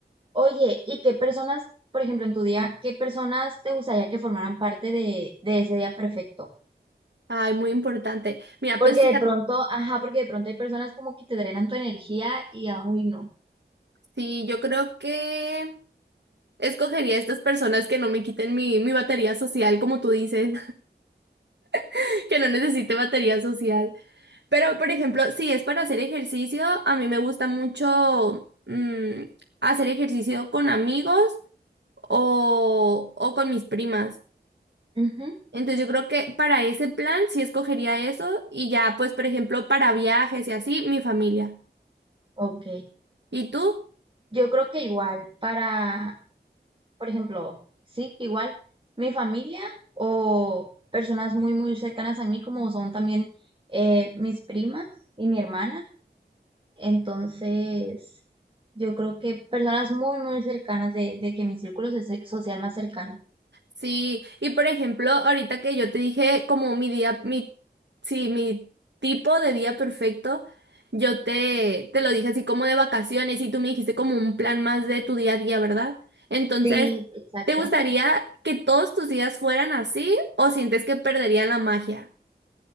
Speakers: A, on the right; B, on the right.
A: Oye, ¿y qué personas, por ejemplo, en tu día, qué personas te gustaría que formaran parte de, de ese día perfecto?
B: Ay, muy importante. Mira,
A: Porque
B: pues fíjate,
A: de pronto, ajá, porque de pronto hay personas como que te drenan tu energía y ah, hoy no.
B: sí, yo creo que escogería a estas personas que no me quiten mi, mi batería social, como tú dices, <laughs> que no necesite batería social. Pero, por ejemplo, si es para hacer ejercicio, a mí me gusta mucho mm, hacer ejercicio con amigos o, o con mis primas.
A: Ujú,
B: Entonces yo creo que para ese plan sí escogería eso y ya, pues, por ejemplo, para viajes y así, mi familia.
A: ok.
B: ¿Y tú?
A: Yo creo que igual, para, por ejemplo, sí, igual, mi familia o personas muy, muy cercanas a mí, como son también eh, mis primas y mi hermana. Entonces, Yo creo que personas muy, muy cercanas de, de que mi círculo soci- social más cercano.
B: Sí, y por ejemplo, ahorita que yo te dije como mi día, mi, sí, mi tipo de día perfecto, yo te, te lo dije así como de vacaciones y tú me dijiste como un plan más de tu día a día, ¿verdad? Entonces,
A: Sí, exacto.
B: ¿te gustaría que todos tus días fueran así o sientes que perderían la magia?